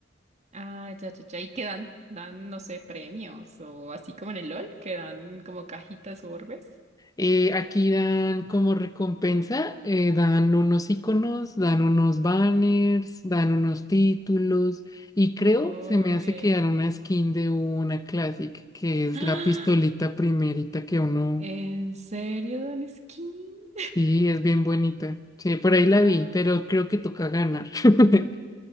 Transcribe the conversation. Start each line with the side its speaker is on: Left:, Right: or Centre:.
Right: Ah, ya, ya, ya. ¿Y qué dan? Dan, no sé, premios o así como en el LOL, que dan como cajitas o orbes.
Left: Eh, aquí dan como recompensa, eh, dan unos iconos, dan unos banners, dan unos títulos y creo
Right: Uy.
Left: se me hace que dan una skin de una Classic, que es
Right: ¡Ah!
Left: la pistolita primerita que uno
Right: ¿En serio dan skin?
Left: Sí, es bien bonita. Sí, por ahí la
Right: Ah.
Left: vi, pero creo que toca ganar. <laughs>